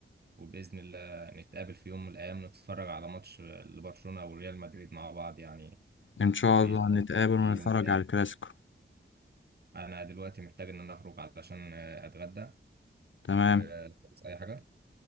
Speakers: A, on the right; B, on the left.
A: وباذن الله نتقابل في يوم من الايام نتفرج على ماتش لبرشلونة او ريال مدريد مع بعض يعني
B: ان شاء
A: باذن
B: الله نتقابل
A: الله
B: ونتفرج
A: في يوم من الايام
B: على الكلاسيكو
A: انا دلوقتي محتاج ان انا اخرج علشان آه، اتغدى
B: تمام
A: وتنسى اي حاجة